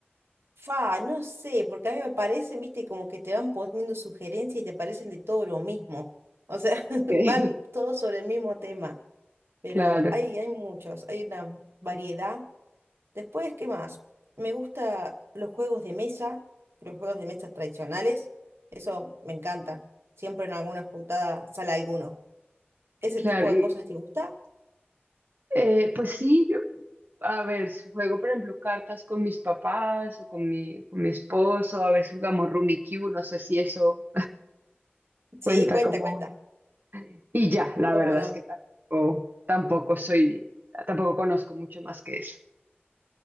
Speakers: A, on the right; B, on the right.
A: fa, no sé, porque a mí me parecen, viste, como que te van poniendo sugerencias y te parecen de todo lo mismo. O sea,
B: Ok.
A: <laughs>
B: <laughs>
A: van todos sobre el mismo tema, pero
B: Claro,
A: hay, hay muchos, hay una variedad. Después, ¿qué más? Me gusta los juegos de mesa, los juegos de mesa tradicionales. Eso me encanta. Siempre en alguna juntada sale alguno. ¿Ese
B: claro.
A: tipo de
B: Y,
A: cosas te gusta?
B: eh, pues sí, yo, a ver, si juego, por ejemplo, cartas con mis papás o con mi, con mi esposo, a veces jugamos Rummikub, no sé si eso cuenta
A: Sí, cuenta,
B: como
A: cuenta.
B: juego. Y ya, la
A: ¿Cómo
B: verdad
A: no?
B: es que tampoco, tampoco soy, tampoco conozco mucho más que eso.